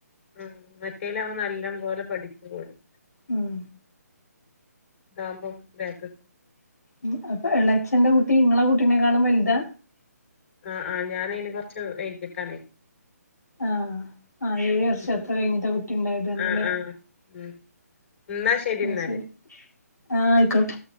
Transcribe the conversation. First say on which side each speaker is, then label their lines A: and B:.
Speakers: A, on the left; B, on the left.
A: ഹ്മ് മറ്റേയിലാവുമ്പോ നല്ല മ്പോലെ പഠിച്ചു പോരും
B: ഉം
A: ദാവുമ്പം ബേ
B: വ് അപ്പൊ എളച്ചൻ ഇങ്ങളെ കുട്ടീനെക്കാളും വലുതാ
A: ആഹ് ആ് ഞാന് അയ്ന് കൊറച്ച് വൈകീട്ടാണേ
B: ആ ആ ഏഴ് വർഷം
A: ഉം
B: അത്ര കഴിഞ്ഞിട്ടാ കുട്ടിണ്ടായതർ ഞ്ഞ്ല്ലേ
A: ആഹ് ആഹ് ഉം ഇന്നാ
B: ആ
A: ഇന്നാല്
B: ശരി ആ ആയിക്കോട്ടെ